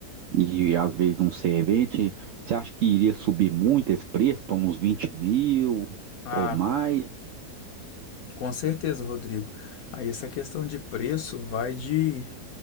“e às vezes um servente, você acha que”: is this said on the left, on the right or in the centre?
Right